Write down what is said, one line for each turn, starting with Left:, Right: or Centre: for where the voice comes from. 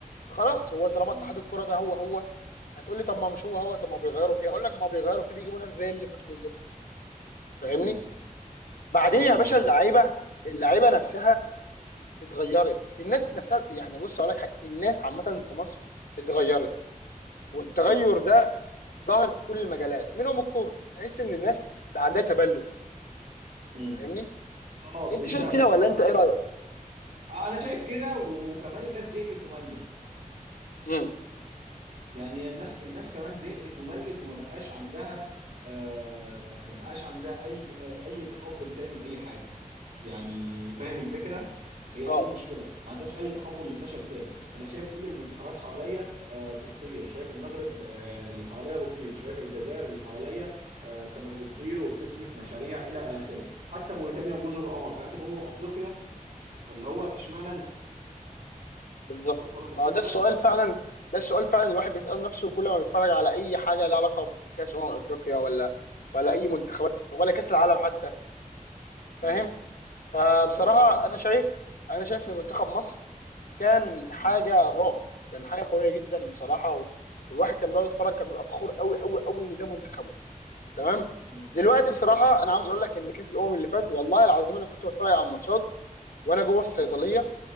Left: خلاص هو طالما
Right: مم،
Left: اتحاد الكوره ده هو هو هتقول لي طب ما مش هو هو طب ما بيغيروا فيه اقول لك ما بيغيروا فيه بيجيبوا ناس زي اللي فاتوا بالظبط فاهمني
Right: مم.
Left: بعدين
Right: فاهم
Left: يا
Right: قصدي
Left: باشا اللعيبه اللعيبه نفسها اتغيرت الناس نفسها يعني بص اقول لك حاجه الناس عامه في مصر اتغيرت والتغير
Right: مم،
Left: ده ظاهر في كل المجالات منهم الكوره تحس ان الناس بقى عندها تبلد
Right: مم.
Left: فاهمني
Right: خلاص
Left: انت
Right: انتهوا
Left: شايف كده ولا انت ايه رايك
Right: آه، انا شايف كده و- وكمان الناس زهقت وملت
Left: امم
Right: يعني الناس الناس كمان زهقت وملت وما بقاش عندها آه ما بقاش عندها اي اي تقبل تاني لاي حاجه يعني فاهم الفكره هي
Left: اه
Right: دي المشكله ما عندهاش اي تقبل لفشل تاني انا شايف كل المنتخبات حواليا آه، بتطير شايف المغرب آه، اللي حواليا بتطير شايف الجزائر اللي حواليا آه، كانت بتطير وبتبني في مشاريع الى اخره حتى موريتانيا وجزر القمر في اخر امم افريقيا فاللي هو اشمعنى انا
Left: بالظبط
Right: وصل لك الفكره
Left: ما هو ده السؤال فعلا ده السؤال فعلا الواحد بيساله نفسه كل ما بيتفرج على اي حاجه لها علاقه بكاس امم افريقيا ولا ولا اي منتخبات ولا كاس العالم حتى
Right: مم.
Left: فاهم فبصراحه
Right: فاهم قصدك
Left: انا شايف انا شايف ان منتخب مصر كان حاجه
Right: مم.
Left: رعب كان حاجه قويه جدا بصراحه و- والواحد كان بيقعد يتفرج كان بيبقى فخور قوي قوي قوي ان ده منتخب تمام
Right: مم.
Left: دلوقتي بصراحه
Right: ايوه
Left: انا عاوز اقول لك ان كاس الامم اللي فات والله العظيم انا كنت بتفرج على الماتشات وانا جوه الصيدليه
Right: مم.